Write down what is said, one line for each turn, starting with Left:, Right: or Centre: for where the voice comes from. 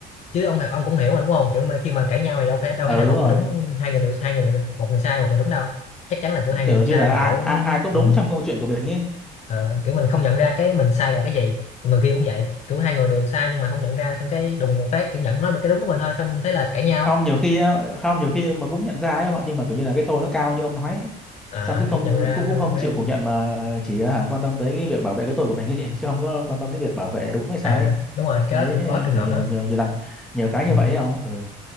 Left: chứ ông ông cũng hiểu mà đúng không kiểu mà khi mà cãi nhau thì đâu thể đâu
Centre: ờ
Left: thể nào
Centre: đúng
Left: một
Centre: rồi
Left: người đúng hai người đều hai người đều, một người sai một người đúng đâu chắc chắn là kiểu hai
Centre: kiểu
Left: người đều
Centre: như
Left: sai
Centre: là
Left: mà
Centre: ai
Left: kiểu
Centre: ai ai cũng
Left: ừ,
Centre: đúng trong câu chuyện của mình ấy
Left: ờ, kiểu mình không nhận ra cái mình sai là cái gì Còn người kia cũng vậy kiểu hai người đều sai nhưng mà không nhận ra xong cái đùng một phát kiểu nhận nói về cái đúng của mình thôi xong thế là cãi nhau
Centre: không nhiều khi á- không nhiều khi mà cũng nhận ra ấy ông ạ nhưng mà kiểu như là cái tôi nó cao như ông nói ấy.
Left: à,
Centre: xong cái không
Left: kiểu nhận ra
Centre: cũng cũng
Left: xong
Centre: không
Left: cái
Centre: chịu phủ nhận mà chỉ à, hả, quan tâm tới cái việc bảo vệ cái tôi của mình ấy, chứ không có quan tâm tới việc bảo vệ đúng hay sai
Left: à
Centre: ấy.
Left: đúng rồi cái
Centre: tôi
Left: đó
Centre: thấy
Left: cũng có
Centre: ờ,
Left: trường
Centre: kiểu
Left: hợp
Centre: nhiều
Left: đó
Centre: nhiều nhiều lần nhiều cái
Left: ừ.
Centre: như vậy ấy ông ừ